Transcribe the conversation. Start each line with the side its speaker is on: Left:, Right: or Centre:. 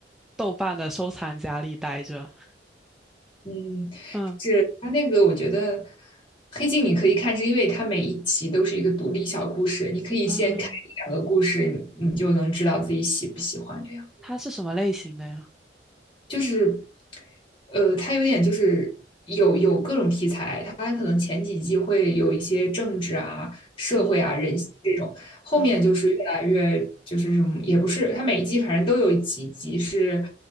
Centre: 豆瓣的收藏夹里待着。
Left: 嗯，
Centre: 嗯
Left: 是它那个我觉得《黑镜》你可以看，是因为它每一集都是一个独立小故事，你可以先看一两个故事，
Centre: 啊，
Left: 你你就能知道自己喜不喜欢这样。
Centre: 它是什么类型的呀？
Left: 就是，呃，它有点就是有有各种题材，它可能前几季会有一些政治啊、社会啊、
Centre: 嗯
Left: 人性这种，后面就是越来越就是什么也不是，
Centre: 嗯
Left: 它每一季反正都有几集是